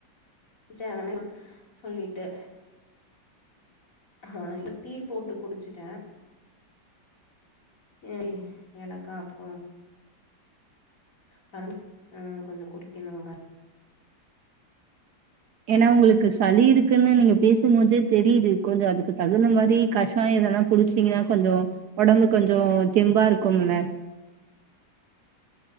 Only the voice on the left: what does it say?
டிச்சாங்கனா சொல்லிட்டு ஹாய் டீ போட்டு குடிச்சுட்டே ஏல் ஏலக்கா அப்றோ கரம் அ கொஞ்சோ குடிக்கனோங்க